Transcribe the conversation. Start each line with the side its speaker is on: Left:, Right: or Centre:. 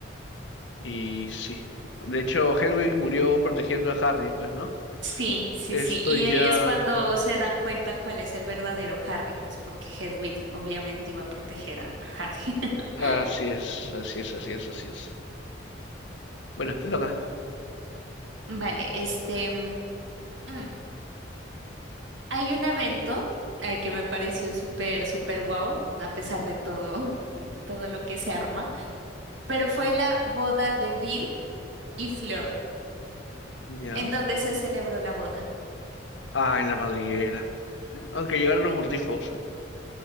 Left: Y sí. De hecho, Hedwig murió protegiendo a Harry, pues, ¿no?
Right: Sí, sí,
Left: Esto
Right: sí. Y
Left: ya...
Right: ahí es cuando se dan cuenta cuál es el verdadero Harry, pues porque Hedwig obviamente iba a proteger a a Harry. <laughs>
Left: Así es, así es, así es, así es. Bueno, te toca.
Right: Vale, este... mm, mm, Hay un evento, ay, que me pareció súper, súper guau, a pesar de todo, <laughs> todo lo que se arma, pero fue la boda de Bill y Fleur,
Left: Ya.
Right: en donde se celebró la boda.
Left: Ah, en la madriguera. Aunque llegaron los mordiscos,